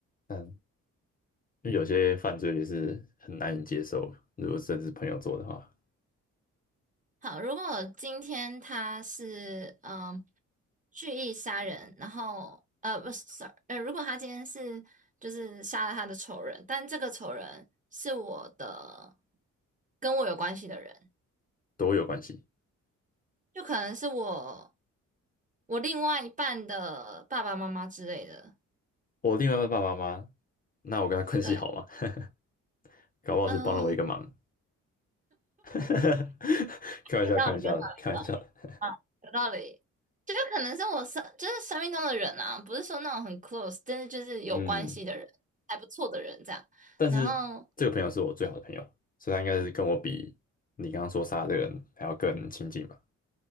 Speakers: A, on the left; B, on the right.
A: 但因为有些犯罪也是很难以接受，如果甚至朋友做的话，
B: 好，如果今天他是嗯蓄意杀人，然后呃不是，sorry，呃，如果他今天是就是杀了他的仇人，但这个仇人是我的跟我有关系的人，
A: 都有关系。
B: 就可能是我我另外一半的爸爸妈妈之类的。
A: 我另外一半爸爸妈妈，那我跟他关系好吗？
B: 对，
A: <laughs> 搞不好是帮了我一个忙。
B: 嗯、
A: <laughs> 开玩笑，
B: 有道理，
A: 开玩笑的，
B: 有
A: 开玩笑的。
B: 嗯，有道理。这就是可能是我生，就是生命中的人啊，不是说那种很 close，但是就是有关系的人，
A: 嗯，
B: 还不错的人这样。
A: 但是这个朋友是我最好的朋友，
B: 然后，
A: 所以他应该是跟我比你刚刚说杀的这个人还要更亲近吧。